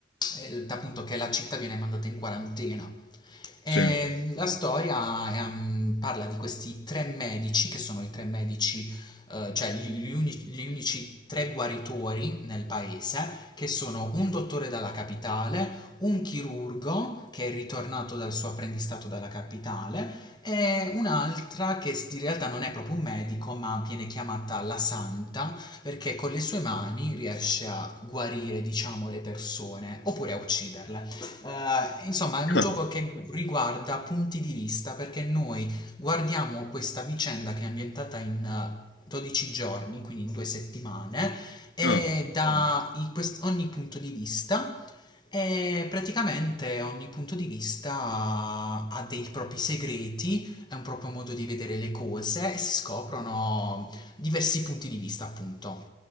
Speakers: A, on the left; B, on the left.
A: eh, appunto che la città viene mandata in quarantena. E
B: sì.
A: la storia ehm, parla di questi tre medici, che sono i tre medici, eh, cioè gli, gli unici, gli unici tre guaritori nel paese, che sono un dottore dalla capitale, un chirurgo che è ritornato dal suo apprendistato dalla capitale e un'altra che s- in realtà non è proprio un medico, ma viene chiamata la santa, perché con le sue mani riesce a guarire, diciamo, le persone oppure a ucciderle. Eh, insomma,
B: <laughs>
A: è un gioco che riguarda punti di vista perché noi guardiamo questa vicenda che è ambientata in eh, 12 giorni, quindi in due settimane, e
B: Ah,
A: da i- quest- ogni punto di vista. E praticamente ogni punto di vista ha ha dei propri segreti, è un proprio modo di vedere le cose e si scoprono diversi punti di vista, appunto.